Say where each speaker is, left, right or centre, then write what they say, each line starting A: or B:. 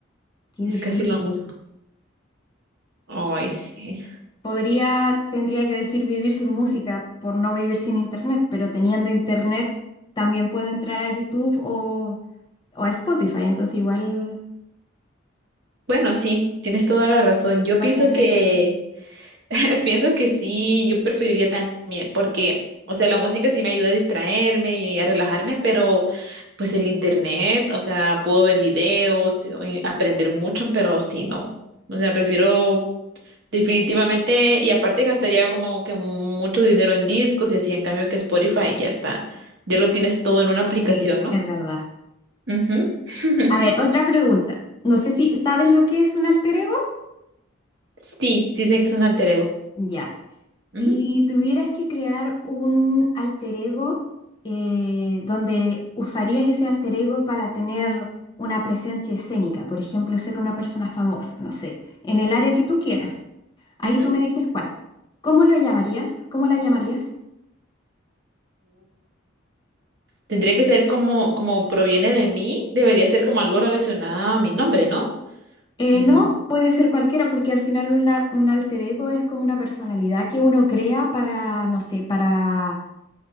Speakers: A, on the left; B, on the right.
A: Qué
B: Es
A: difícil.
B: casi lo mismo. Ay, sí.
A: Podría, tendría que decir vivir sin música por no vivir sin internet, pero teniendo internet también puedo entrar a YouTube o, o a Spotify, entonces igual,
B: Bueno, sí, tienes toda la razón. Yo
A: igual
B: pienso
A: tendría
B: que
A: que...
B: <laughs> Pienso que sí, yo preferiría también, porque, o sea, la música sí me ayuda a distraerme y a relajarme, pero pues el internet, o sea, puedo ver videos o y aprender mucho, pero sí, no. O sea, prefiero definitivamente, y aparte gastaría como que mucho dinero en discos y así, en cambio que Spotify ya está, ya lo tienes todo en una aplicación,
A: Sí,
B: ¿no?
A: es verdad.
B: Ujú. <laughs>
A: A ver, otra pregunta. No sé si sabes lo que es un alter ego.
B: Sí, sí sé que es un alter ego.
A: Ya.
B: Ujú,
A: Si tuvieras que crear un alter ego eh, donde usarías ese alter ego para tener una presencia escénica, por ejemplo, ser una persona famosa, no sé, en el área que tú quieras. Ahí
B: ujú.
A: tú me dices cuál. ¿Cómo lo llamarías? ¿Cómo la llamarías?
B: Tendría que ser como, como proviene de mí, debería ser como algo relacionado a mi nombre, ¿no?
A: Eh,
B: Mm,
A: no, puede ser cualquiera porque al final un, la- un alter ego es como una personalidad que uno crea para, no sé, para,